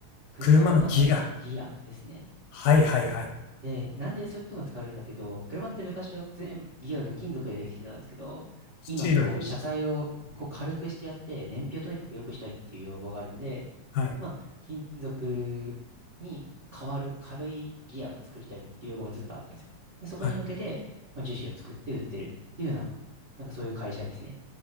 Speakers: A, on the right; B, on the left.
A: 車の中のギアですね。
B: 車のギア。はいはいはい。
A: で、なんでそういうところに使われるかっていうと、車って昔は全部ギアが金属でできてたんですけど、
B: スチールのイメージですね。
A: 今こう、車体をこう軽くしてやって、
B: うん。
A: 燃費をとにかく良くしたいっていう要望があるんで、
B: はい。
A: まあ、金属に変わる軽いギアが作りたいっていう要望がずっとあったんですよ。で、そこに向けて、
B: はい。
A: まあ、樹脂を作って売ってるっていうような、なんかそういう会社ですね。